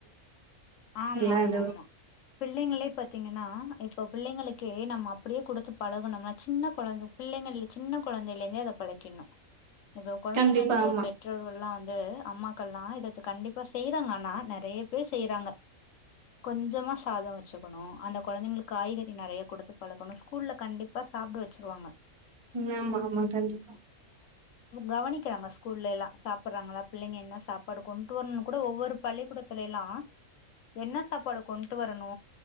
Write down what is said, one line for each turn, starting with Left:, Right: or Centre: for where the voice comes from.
Left: ஆமா
Right: எல்லா
Left: ஆமா
Right: இதுவும்
Left: ஆமா பிள்ளைங்களே பாத்தீங்கன்னா இப்ப பிள்ளைங்களுக்கு க்கே நம்ம அப்படியே குடுத்து பழகுணமா சின்ன கொழந்த பிள்ளைங்க சின்ன கொழந்தைல இருந்தே அத பழக்கிறனு இந்த கொழந்தைங்க
Right: கண்டிப்பா
Left: சில
Right: ஆமா.
Left: பெற்றோர்கள்ல்லா வந் இது அம்மாக்கள்ல்லா இத கண்டிப்பா செய்யறாங்க இப்பலா நெறைய பேர் செய்யறாங்க கொஞ்சமா சாதொ வச்சுக்கணு அந்த கொழந்தைங்களுக்கு காய்கறி நெறைய குடுத்து பழக்கணும் ஸ்கூல்ல கண்டிப்பா சாப்பிட வச்சிடுவாங்க.
Right: ம் ஆமா ஆமா கண்டிப்பா
Left: கவனிக்கறாங்க ஸ்கூல்லைல்லா சாப்பிட்றாங்களா பிள்ளைங்க என்ன சாப்பாடு கொண்டு வரணுனு கூட ஒவ்வொரு பள்ளிக்கூடத்துலைலா என்ன சாப்பாடு கொண்ட்டு வரணு.